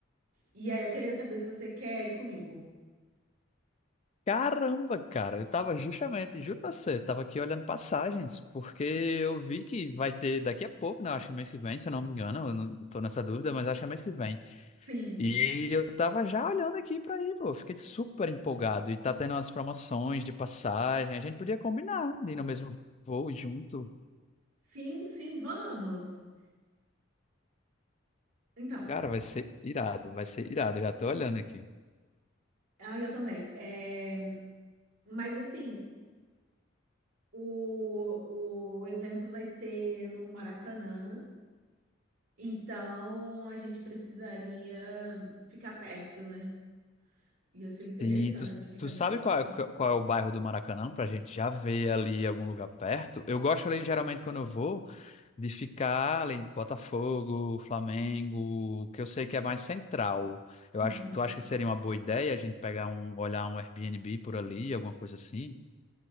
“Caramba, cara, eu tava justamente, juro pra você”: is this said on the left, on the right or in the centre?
Left